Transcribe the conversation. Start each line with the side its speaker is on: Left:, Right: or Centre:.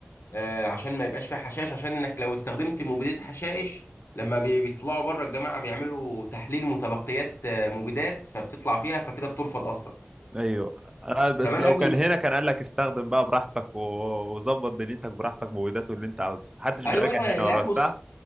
Left: آه، عشان ما يبقاش فيها حشائش عشان انك لو استخدمت مبيدات حشائش لما بي- بيطلعوا بره الجماعه بيعملوا تحليل متبقيات آه، مبيدات فبتطلع فيها فكده بترفض اصلا
Right: ايوه آه بس
Left: كمان
Right: لو
Left: قبل
Right: كان
Left: ما
Right: هنا كان قال لك استخدم بقى براحتك و- وظبط دنيتك براحتك مبيدات اللي انت عاوزه محدش
Left: <laughs>
Right: بيراجع
Left: ايوه ايوه
Right: هنا
Left: لا
Right: وراك
Left: بص
Right: صح